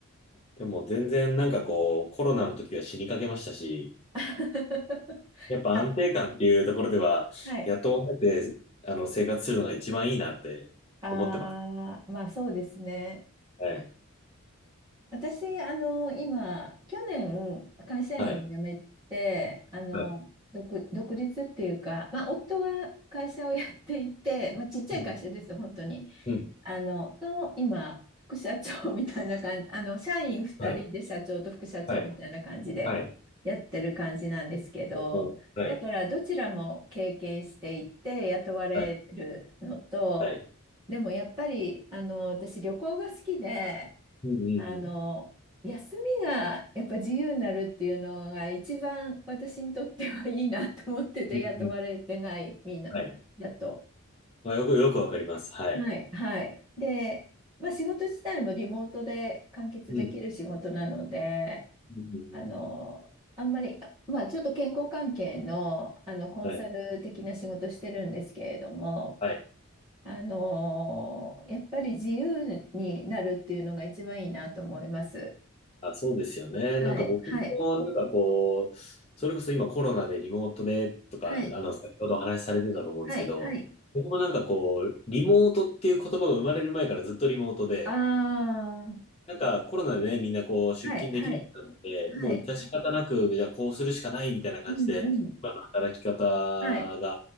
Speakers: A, on the left (about 25°); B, on the right (about 20°).
A: でも全然なんかこうコロナの時は死にかけましたし、
B: <laughs>
A: やっぱ安定感っていうところでは雇われてあの生活するのが一番いいなって思ってます。
B: あ、はい。ああ、まあそうですね。
A: はい。
B: 私、あの、今、去年、会社員を辞めて、
A: はい。
B: あの、
A: はい。
B: 独、独立っていうか、まあ、夫が会社をやっていて、まあ、ちっちゃい会社です、
A: うん。
B: 本当に。
A: うん
B: あの、の今、副社長みたいな感じ、<laughs> あの、社員2人で社長と副社長みたいな感じでやってる感じなんですけど、
A: はい。はい。はい。うんはい。
B: だからどちらも経験していて雇われるのと、
A: はい。はい。
B: でもやっぱり、あの、私旅行が好きで、
A: うんうんうん。
B: あの、休みがやっぱ自由になるっていうのが一番私にとってはいいなと思ってて雇われてないみんなだと。
A: うんうんはい。まあ、よく、よくわかります。はい。
B: はい、はい。で、まあ、仕事自体もリモートで完結できる仕事なので、
A: うん。うんうんうん
B: あの、あんまり、まあ、ちょっと健康関係の、あのコンサル的な仕事してるんですけれども、
A: はい。はい。
B: あの、やっぱり自由になるっていうのが一番いいなと思います。
A: あ、そうですよね。
B: はい、
A: なんか僕も、
B: はい、
A: なんかこう、それこそ今コロナでリモートでとか、
B: はい、
A: あの、先ほどお話しされてたと思うんですけど、
B: はい、はい。
A: 僕もなんかこう、リモートっていう言葉が生まれる前からずっとリモートで、
B: ああ、
A: なんかコロナでね、みんなこう、出勤できなくなって、
B: はい、はい、はい。
A: もう致し方なく、じゃあこうするしかないみたいな感じで、
B: うん、うん。
A: 今の働き方
B: はい、
A: が